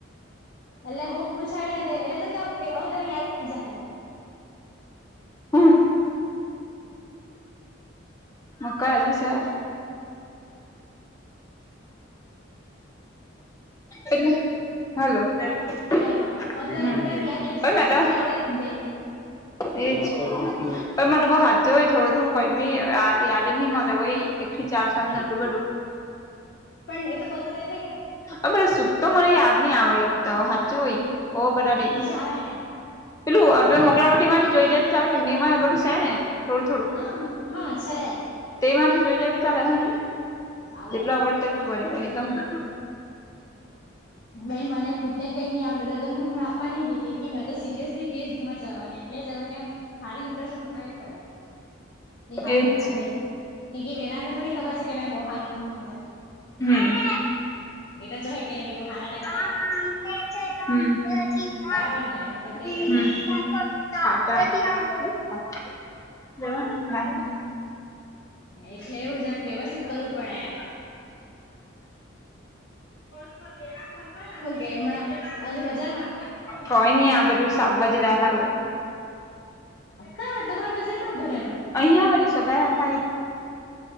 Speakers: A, on the left; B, on the left.
A: એટલે હું પૂછાય એટલે તો કે હું તને યાદ રહી જા હૈ.
B: હા. મકાઈ લી છે. એટલે- - હલો હ
A: હલો હા હવે તને
B: મેડમ-
A: ઉલટાનું યાદ રહી જાય
B: -
A: જેને આવડે ને તે
B: એજ મ બ હા હોય થોડું થોડું કી- - યાદ જ નહી મળે હોય એક થી ચાર સાલમા એટલું બધું- -
A: પણ એ તો બસુ જ કે- -
B: હ સુખ તો મને યાદ નહી આવડ તો સાચું હોય બહુ બધારે.
A: નીજ આવે ને
B: બટું
A: એટલે
B: મોકલાવેલુ. માંથી જોઈ જાય તો ચાલે કે નિમા બધું છે ને થોડું થોડું-
A: હા
B: -
A: હા છે
B: તે માથી જોઈ જાય છે. ચાલે હ ને
A: ચાલે
B: જેટલું આવડ તેટલું ફરી પદમ- -
A: બે મને ખુદને કઈ ન આવડર તો આપા નહી ગ કે કે મે તો સીરયસ- - દસ દીમાં જવાની- - પ્લે જરા કેમ હારી ઇમ્પ્રેશન બનાવવી પડે એ હારું
B: એજ
A: ની લાગે. એ વલા- - થોડી ખબર છે કે મે બહ હારું પણ હ
B: હમ
A: એ તો જો કે કે તું હારા- -
B: <unintelligible> મ
A: બરાબર ને તો
B: કર
A: તે પ્રમાણે
B: જવ- -
A: એટલે એવું જાગ વ્યવસ્થિત કરવું પડે એમ- - હુ કે હમણાં- - હ બજાર માં. હા
B: કોઈ નઈ આ બધું શાકભાજી લેવા કરું
A: કા તમાર મજાર કયા ભરાઇ.
B: અહીયા વરી સકાય.